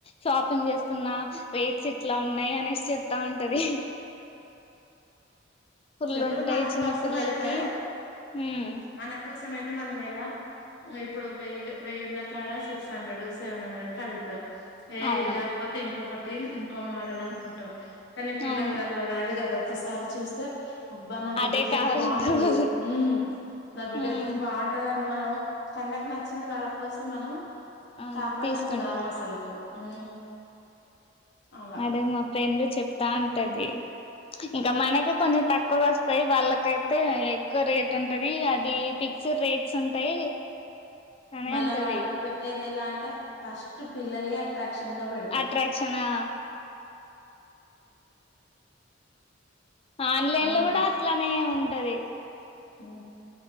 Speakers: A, on the left; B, on the left.
A: షాపింగ్ చేస్తున్నా రేట్స్ ఇట్లా ఉన్నాయి అనేసి చెప్తా ఉంటది ఫుల్
B: చెప్పుడు
A: ఉంటాయి
B: మన
A: చిన్న
B: కోసమైతే
A: పిల్లలకి ఉమ్
B: మన కోసం అయితే మనం ఎలా ఇప్పుడు వెయ్యి వెయ్యి ఉన్నకాడ సిక్సహండ్రెడ్ సెవెన్ హండ్రెడ్ కీ అడుగుతారు. ఏ
A: అవును
B: ఇది కాకపోతే ఇంకొకటి ఇంకో మోడల్ అనుకుంటాం. కానీ పిల్లల
A: అవును
B: అలా కాదు కదా ఒకసారి చూస్తే అబ్బ నాబిడ్డకిది
A: అదే కావాలంటారు
B: బావుంటది
A: వాళ్ళు
B: ఉ నాబిడ్డకిది
A: ఉమ్
B: బాగుంట ది మనం కండ్లకు నచ్చింది వాళ్ళ కోసం మనం
A: అవును
B: కాంప్రమైస్
A: తీసుకుంటా
B: కామసలుకు ఊ
A: అవును
B: అలా
A: అదే మా ఫ్రెండ్ చెప్తా అంటది ఇంకా మనకి కొంచెం తక్కువ వస్తాయి వాళ్ళకై అయితే ఎక్కువ రేట్ ఉంటది అది ఫిక్స్డ్ రేట్స్ ఉంటాయి అని
B: మళ్ళా
A: అంటది
B: వాళ్ళు పెట్టేది ఎలా అంటే ఫస్ట్ పిల్లలె అట్రాక్షన్ గా పెడ
A: అట్రాక్షనా ఆన్లైన్
B: మొన్
A: లో కూడ అట్లానే ఉంటది
B: ఉ